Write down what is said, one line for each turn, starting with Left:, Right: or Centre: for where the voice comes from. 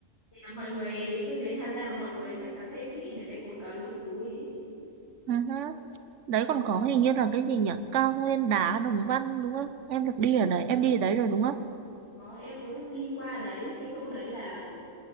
Left: Thì là mọi người cứ đến Hà Giang là mọi người chắc chắn sẽ check in ở cái cột cờ Lũng Cú ý.
Right: ừ, hứ. đấy còn
Left: Vâng,
Right: có hình như là cái gì nhỉ cao nguyên đá Đồng Văn đúng không em được đi ở đấy
Left: vâng.
Right: em đi ở đấy rồi đúng không
Left: Có em cũng đi qua đấy, cái chỗ đấy là